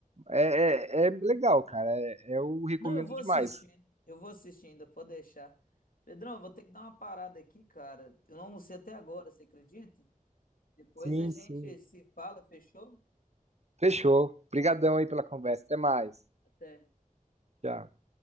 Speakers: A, on the right (about 50°); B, on the left (about 75°).
A: É, é, é legal, cara. É, é, eu recomendo
B: Não, eu vou
A: demais.
B: assistir. Eu vou assistir ainda, pode deixar. Pedrão, eu vou ter que dar uma parada aqui, cara. Eu não almocei até agora, você acredita? Depois
A: Sim,
B: a gente
A: sim.
B: se fala, fechou?
A: Fechou. Obrigadão aí pela conversa. Até mais.
B: Até.
A: Tchau.